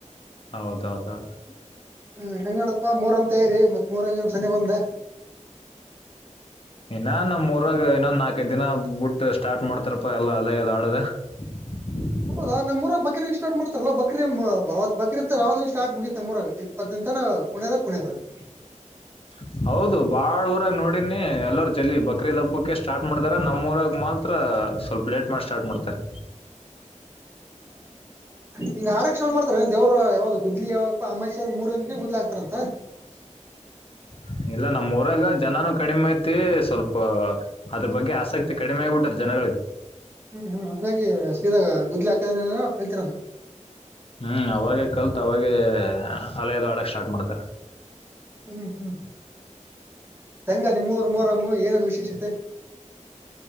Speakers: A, on the left (about 45°); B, on the right (about 20°).
A: ಹೌದೌದೌದು
B: ಹ ಹೆಂಗಡಪ್ಪ ಮೂರ <unintelligible> ಮತ್ತರಿ ಮತ್ರಂ ಸನಿ ಬಂದ <unintelligible>
A: ಏನ್ನ ನಮ್ಮ <inaudible> ಪರಾಗ ಇನ್ನೊಂದು ನಾಲ್ಕೈದ ದಿನ ಬುಟ್ಟ ಸ್ಟಾರ್ಟ್ ಮಾಡ್ತಾರಪ್ಪ ಎಲ್ಲಾ ಅಲ್ಲೇ ಅದ ಆಡದೆ <unintelligible>
B: ಹೌದಾ ನಮ್ಮ್ರ ಬಕ್ರೀ ಸಾರ್ತಾರಲ್ಲ್ಲ ಬಕ್ರೀ ಅವತ್ ಬಕ್ರದ್ದ ಅವ ಸ್ಟಾರ್ಟ್ ಮುಗಿತ್ಮ್ಮ ಮೂರ ಇಪ್ಪತ್ತುಂತನ <inaudible> ಕುಣವ ಕುಣವ <unintelligible>
A: ಹ <unintelligible> ಹೌದು ಬಾಳ್ ಊರಾಗ ನೋಡಿನಿ ಎಲ್ಲರರು ಜಲ್ಲಿ ಬಕ್ರೀ ದ ಹಬ್ಬಕ್ಕೆ ಸ್ಟಾರ್ಟ್ ಮಾಡ್ತಾರ ನಮ್ಮ ಊರಾಗ <inaudible> ಮಾತ್ರ ಸ್ವಲ್ಪ ಲೇಟ್ ಮಾಡಿ ಸ್ಟಾರ್ಟ್ ಮಾಡ್ತಾರೆ
B: ಹಿ್ ಆರಕ್ಷಣೆ ಮಾಡ್ತಾರ ದೇವರು ಯಾವಾಗ ಗುದ್ಲಿ ಯಾವಪ್ಪ ಅಮ್ಯ ಮೂರ್ ದಿನಕ್ಕೆ ಗುದ್ಲಿ ಹ ಆಗ್ತಾರ ಅಂತ
A: <unintelligible> ಇಲ್ಲ ನಮ್ಮ ಊರಾಗ ಜನನು ಕಡಿಮೆ ಐತಿ ಸ್ವಲ್ಪ ಅದ್ರ ಬಗ್ಗೆ ಆಸಕ್ತಿ ಕಡಿಮೆ ಆಗ್ಬಿಟ್ಟದ ಜನ <inaudible> <unintelligible>
B: ಹ್ಮ್ ಹ್ಮ್ ಹಂಗಾಗಿ ಸೀದಾಗ ಗುದ್ಲಿ ಹಾಕ್ತಾ ಕಲ್ತಿರಾನ <inaudible>
A: ಹ್ಮ್ ಅವಾಗ ಕಲ್ತ್ ಅವಾಗ ಹಲೆಯದು ಆಡಕ್ ಸ್ಟಾರ್ಟ್ ಮಾಡ್ತಾರ
B: ಹ್ಮ್ ಹ್ಮ್ ಚಂಗದ ಮೂರ್ ಮೂರ ಏನೇನುಷ <unintelligible> ಷತೆ <unintelligible>